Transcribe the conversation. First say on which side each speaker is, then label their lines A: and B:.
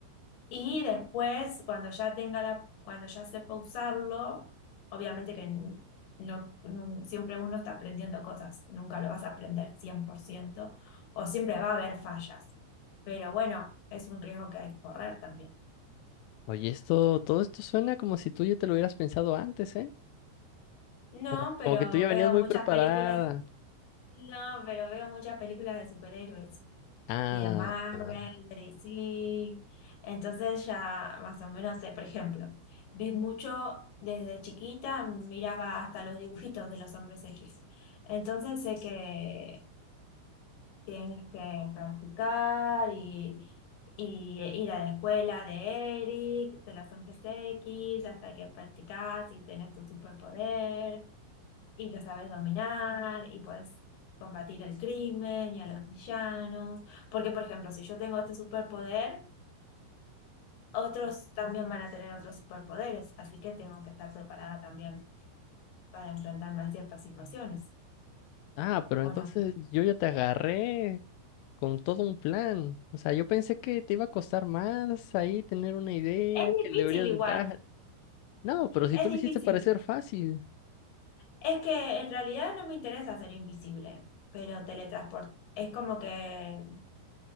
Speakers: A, on the left (about 60°); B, on the left (about 85°).
A: Y después, cuando ya tenga la, cuando ya sepa usarlo, obviamente que n- no, nun- siempre uno está aprendiendo cosas, nunca lo vas a aprender 100% o siempre va a haber fallas. Pero bueno, es un riesgo que hay que correr también.
B: Oye, esto, todo esto suena como si tú ya te lo hubieras pensado antes, ¿eh?
A: No,
B: Como,
A: pero
B: como que tú ya venías
A: veo
B: muy
A: muchas
B: preparada.
A: películas, no, pero veo muchas películas de superhéroes.
B: Ah,
A: y de Marvel,
B: ah,
A: de DC. Entonces ya más o menos sé, por ejemplo, vi mucho desde chiquita, miraba hasta los dibujitos de los hombres X. Entonces sé que tienes que practicar y, y ir a la escuela de Eric, de los hombres X, hasta que practicas y tenés tu superpoder y lo sabes dominar y puedes combatir el crimen y a los villanos. Porque, por ejemplo, si yo tengo este superpoder, otros también van a tener otros superpoderes, así que tengo que estar preparada también para enfrentarme a ciertas situaciones,
B: ah, pero
A: ¿o
B: entonces
A: no?
B: yo ya te agarré con todo un plan. O sea, yo pensé que te iba a costar más ahí tener una idea,
A: Es
B: que
A: difícil
B: le deberías
A: igual,
B: de dar. No, pero si
A: es
B: tú lo
A: difícil.
B: hiciste parecer fácil.
A: Es que en realidad no me interesa ser invisible, pero teletransport es como que